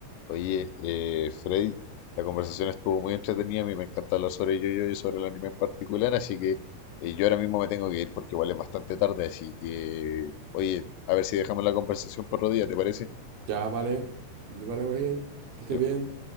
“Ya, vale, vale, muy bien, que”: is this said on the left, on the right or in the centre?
Right